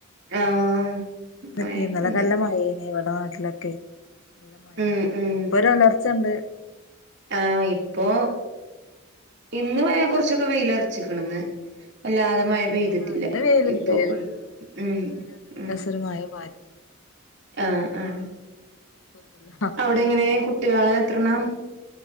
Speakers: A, on the right (about 55°); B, on the left (about 60°).
A: ആഹ്
B: ഇന്നൊക്കെ
A: മഴൊക്കെണ്ട്
B: ഇന്നലെ നല്ലമാഴേന് ഇവിടെ നാട്ടിലൊക്കെ നല്ല മഴയാണ്ഇപ്പോ
A: ഉം ഉം
B: ഒരുഒലർച്ചണ്ട്
A: ആഹ് ഇപ്പോ ഇന്ന് ഇവ കൊർച്ചൊക്കെ വെയ്ലർച്ചിക്ക്ണ്ന്ന് വല്ലാതെ മഴ പെയ്തിട്ടില്ല
B: ആ ഇന്ന് വെയിലുണ്ട്
A: ഇപ്പൊ കൊല് മ് മ്
B: ഒരു മഴ പാ <unintelligible>
A: ആഹ് ആഹ്
B: കൊഴപ്പൊന്നുല്ല
A: അവിടെ എങ്ങനെ കുട്ടിയാള് എത്രണ്ണം